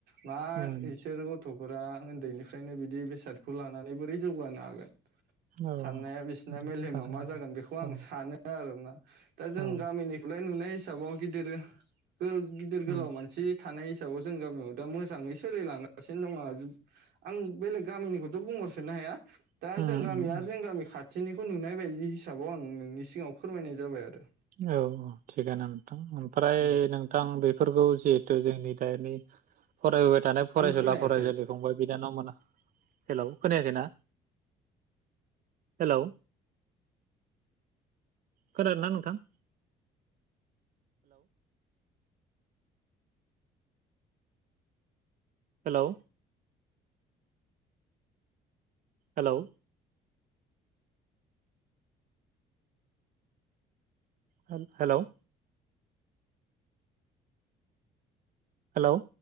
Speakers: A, on the right; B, on the right.
A: मा
B: उम
A: इसोरो गथ फोरा उन्दैनिफ्रायनो बिदि बेसादखौ लानानै बोरै जौगानो हागोन।
B: औ
A: साननाया बिसिना
B: बेथ'
A: मेलेमा
B: जाथाराबा
A: मा जागोन बेखौ आं
B: औ
A: सानो आरोना दा जों
B: औ
A: गामिनिखौलाय नुनाय हिसाबाव गिदिर फोर गिदिर गोलाव
B: उम
A: मानसि थानाय हिस हिसाबाव जों गामियाव दा मोजाङै सोलिलांगासिनो दङ आं बेलेग गामिनिखौथ बुंहरसनो हाया
B: उम
A: दा जों गामि
B: औ
A: आरो जों गामि खाथ थिनिखौ नुनाय बायदि हिसाबाव आं नोंनि सिगाङाव फोरमायनाय जाबाय आरो।
B: औ औ थिगानो नोंथां ओमफ्राय
A: उम
B: नोंथां बे फोरखौ जिहेथु जोंनि दानि फरायबोबाय थानाय फरायसुला
A: आं खोनायासै
B: फरायसुलि फंबाय बिनानाव मोन हेलौ खोनायाखैना हेलौ खोनादों ना नोंथां? हेल हेलौ हेलौ हेल-हेलौ हेलौ